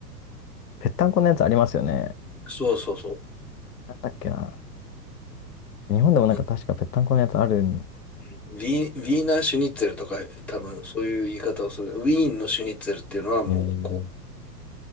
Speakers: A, on the left (about 70°); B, in the centre.
A: ぺったんこのやつありますよね。
B: そうそうそ
A: なんだっけな。日本でもなんか確かぺったんこのやつあるん。
B: う。うんうんウィーン、ウィーナーシュニッツェルとか、多分そういう言い方をする。ウィーンのシュニッツェルっていうのはもう、
A: えー、
B: こう、